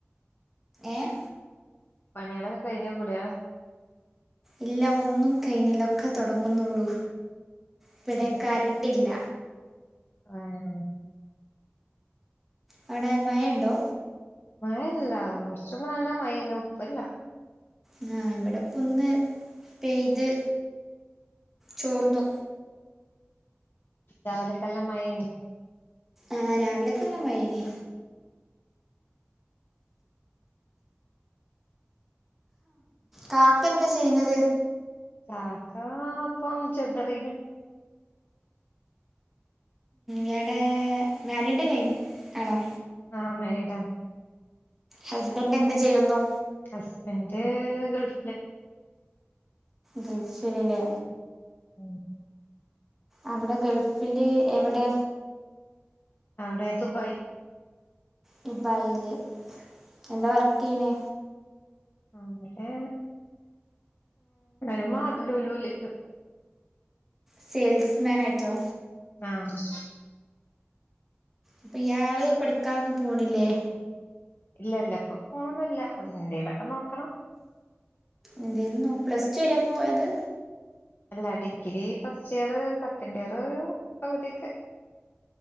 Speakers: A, in the centre; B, on the left (about 55°).
A: ഏഹ്
B: പണിയളൊക്കെ കഴിഞ്ഞാ കുളിയ
A: ഇല്ല ഒന്നും കൈനിലൊക്കെ തൊടങ്ങുന്നുള്ളൂ ഇവിടെ കരണ്ടില്ല
B: ആണോ
A: അവിടെ മഴ ഇണ്ടോ?
B: മഴഒന്നുല്ല, കുറച്ചുമ്പ് നല്ല മയേനു ഇപ്പല്ല
A: ആഹ് ഇവിടെപ്പൊന്ന് പെയ്ത് ചോർന്നു
B: രാവിലക്ക നല്ലമഴെയ്നി
A: ആഹ് രാവിലക്കെ നല്ല മയേനി കാക്ക എന്താ ചെയ്യുന്നത്
B: കാക്കാ പ്പം ജൊല്ലറീല്
A: ഈയാടെ മാരീഡ് കയിഞ്ഞ് ആണോ?
B: ആഹ് മേരിഡാണ്
A: ഹസ്ബൻ്റ് എന്ത് ചെയ്യുന്നു
B: ഹസ്ബൻ്റ് ഗൾഫില്
A: ഗൾഫിലല്ലേ
B: ഉം
A: അവിടെ ഗൾഫില് എവിടെ?
B: അവിടെ ദുബായ്
A: ദുബായില് എന്താ വർക്ക് ചെയ്യണേ?
B: അവടെ, എമ്മ ലുലൂല്
A: സെയിൽസ്മാൻ ആയിട്ടോ?
B: ആഹ്
A: അപ്പ ഇയാള് പഠിക്കാനൊന്നും പോണില്ലെ?
B: ഇല്ല, ഇല്ല ഇപ്പൊ പോണൊന്നുല്ല എൻതേലൊക്കെ നോക്കണം
A: എന്തേലും നോ, പ്ലസ് ടു വരെ ഇ പ്പോ പോയത്?
B: അല്ല ഡിഗ്രി ഫസ്റ്റ് ഇയറ് സെക്കന്റ് ഇയറൊരു പകുതിയൊക്കെ